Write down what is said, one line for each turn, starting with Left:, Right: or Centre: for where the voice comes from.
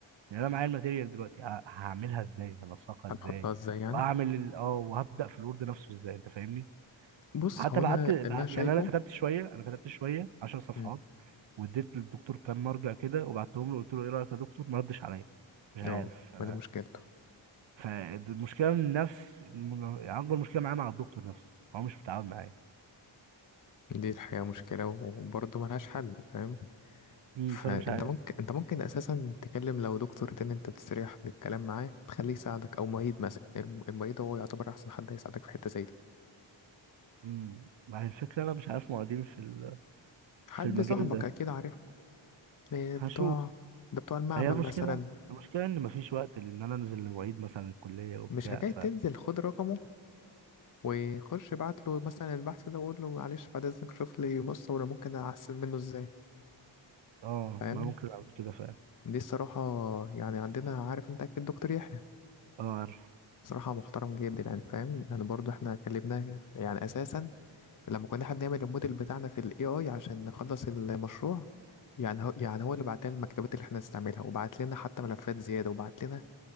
Right: يعني انا معايا الماتيريال دلوقتي ه- هعملها ازاي هلصقها
Left: هتحطها
Right: ازاي
Left: ازاي يعني
Right: واعمل ال- اه وهبدا في الوورد نفسه ازاي انت فاهمني
Left: بص
Right: حتى
Left: هو
Right: بعت
Left: انا
Right: بع-
Left: اللي انا شايفه
Right: يعني انا كتبت شويه انا كتبت شويه 10 صفحات
Left: مم.
Right: واديت للدكتور كام مرجع كده وبعتهم له قلت له ايه رايك يا دكتور ما ردش عليا مش عارف
Left: اه
Right: انا
Left: ما دي مشكلته
Right: فالمشكله من نفس من- يعني اكبر مشكله معايا مع الدكتور نفسه هو مش متعاون معايا
Left: دي الحقيقة مشكلة وبرضه ملهاش حل فاهم
Right: امم
Left: فانت
Right: فانا مش عارف
Left: ممكن انت ممكن اساسا تكلم لو دكتور تاني انت تستريح للكلام معاه تخليه يساعدك او معيد مثلا الم- المعيد هو يعتبر احسن حد هيساعدك في حتة زي دي
Right: امم ما هي الفكره انا مش عارف معيدين في ال-
Left: حد
Right: في المجال
Left: صاحبك
Right: ده
Left: اكيد عارف إيه
Right: هشوف
Left: بتوع ده بتوع المعمل
Right: هي المشكله
Left: مثلا
Right: المشكله ان مفيش وقت لان انا انزل لمعيد مثلا الكليه وبتاع
Left: مش حكاية
Right: ف
Left: تنزل خد رقمه وخش ابعت له مثلا البحث ده وقول له معلش بعد اذنك شوف لي بص ولا ممكن احسن منه ازاي
Right: اه
Left: فاهم
Right: ما ممكن اعمل كده فعلا
Left: دي الصراحة يعني عندنا عارف انت اكيد دكتور يحيى
Right: اه
Left: صراحة محترم جدا يعني فاهم يعني برضو احنا اتكلمنا يعني اساسا لما كنا احنا بنعمل الموديل بتاعنا في الاي اي عشان نخلص المشروع يعني هو يعني هو اللي بعت لنا المكتبات اللي احنا هنستعملها وبعت لنا حتى ملفات زيادة وبعت لنا